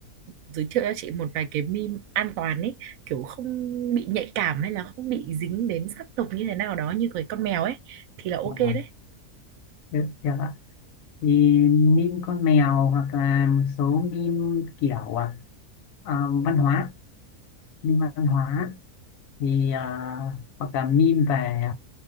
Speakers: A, on the right (about 70°); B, on the left (about 70°).
A: giới thiệu cho chị một vài cái meme an toàn ấy, kiểu không bị nhạy cảm hay là không bị dính đến sắc tộc như thế nào đó như cái con mèo ấy thì là ok
B: vâng
A: đấy.
B: Thế- thế ạ. thì meme con mèo hoặc là một số meme kiểu à, à, văn hóa meme văn hóa thì à, hoặc là meme về